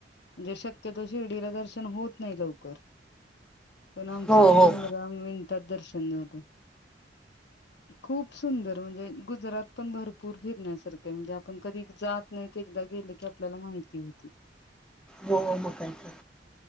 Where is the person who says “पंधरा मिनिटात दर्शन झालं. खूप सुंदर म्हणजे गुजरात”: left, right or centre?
Left